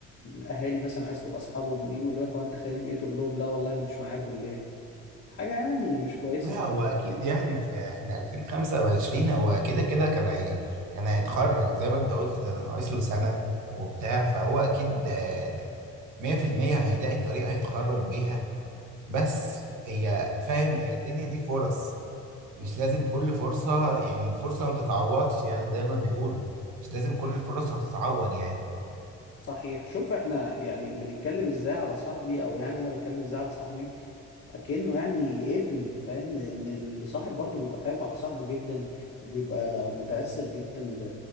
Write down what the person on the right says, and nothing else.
لا هو اكيد يعني في احنا 2025 هو كده كده كان هي كان هيتخرج زي ما انت قلت ده ناقص له سنة وبتاع فهو اكيد آه، 100% هيلاقي طريقة يتخرج بيها بس هي فاهم هي الدنيا دي فرص مش لازم كل فرصة يعني الفرصة ما بتتعوضش يعني زي ما بيقولوا مش لازم كل الفرص هتتعوض يعني